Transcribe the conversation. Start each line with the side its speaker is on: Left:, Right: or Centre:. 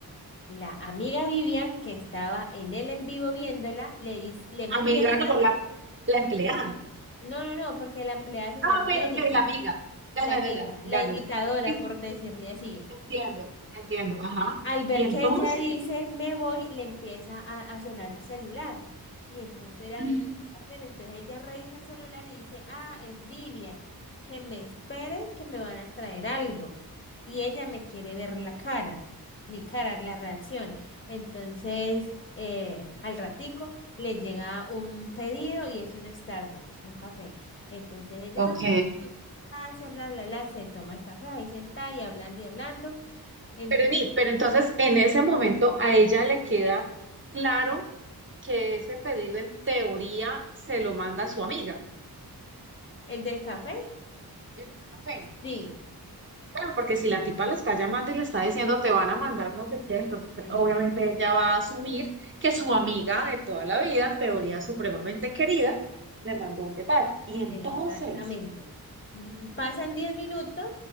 Left: La amiga Vivian, que estaba en el en vivo viéndola, le dice, le empieza,
Right: Amiga, no, la, la empleada.
Left: no, no, no, porque la empleada se
Right: Ah,
Left: llama
Right: ok,
Left: Erika,
Right: ok, la amiga. Ya,
Left: la
Right: ya,
Left: amiga,
Right: ya, ya, ya,
Left: la imitadora,
Right: ya. ya. Sí, sí,
Left: por
Right: sí,
Left: decirle así.
Right: entiendo, entiendo, ajá.
Left: Al ver
Right: Y entonces,
Left: que ella dice me voy, le empieza a, a sonar el celular. Y entonces la
Right: mm,
Left: notificación, entonces ella revisa el celular y dice, ah, es Vivian, que me espere, que me van a traer algo. Y ella me quiere ver la cara, mi cara, la reacción. Entonces, eh, al ratico le llega un pedido y es un Starbucks, un café. Entonces ella,
Right: ok.
Left: "Ah, muchas gracias, bla, bla, bla, se toma el café ahí sentada y hablando y hablando. Entonces
Right: Pero, ni- pero entonces, en ese momento, a ella le queda claro. que ese pedido en teoría se lo manda a su amiga,
Left: ¿El del café?
Right: el del café.
Left: Sí,
Right: Claro, porque si la tipa la está llamando y le está diciendo te van a mandar no sé qué, entonces
Left: Eh,
Right: obviamente ella va a asumir que su amiga de toda la vida, en teoría supremamente querida, le mandó un detalle. Y entonces,
Left: exactamente. Mm, Pasan 10 minutos